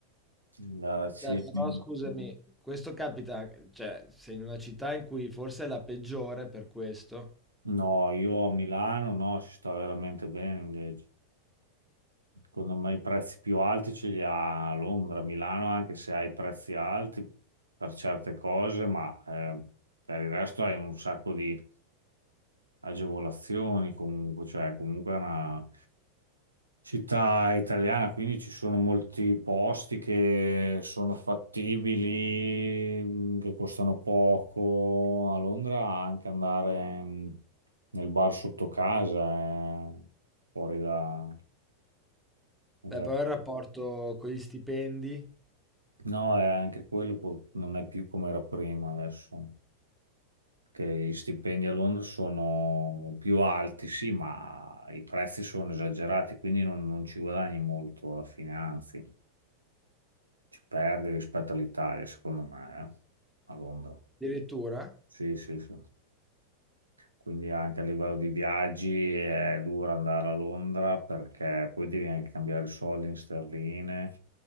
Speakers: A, on the right; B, in the centre.
A: andare a cena.
B: Beh, però scusami, questo capita cioè sei in una città in cui forse è la peggiore per questo.
A: No, io a Milano no, ci sta veramente bene invece. Secondo me i prezzi più alti ce li ha a Londra, A Milano, anche se hai prezzi alti per certe cose, ma eh, per il resto hai un sacco di agevolazioni comunque, cioè comunque è una città italiana, quindi ci sono molti posti che sono fattibili, mh, che costano poco. A Londra anche andare mh, nel bar sotto casa è fuori da... da-
B: Beh, però il
A: da-
B: rapporto con gli stipendi
A: No, è anche quello pur- non è più come era prima adesso, che gli stipendi a Londra sono più alti, sì, ma i prezzi sono esagerati, quindi non, non ci guadagni molto alla fine, anzi. ci perdi rispetto all'Italia, secondo me, eh, a Londra.
B: Addirittura?
A: Sì, sì, sì. Quindi anche a livello di viaggi è dura andare a Londra perché poi devi anche cambiare i soldi in sterline,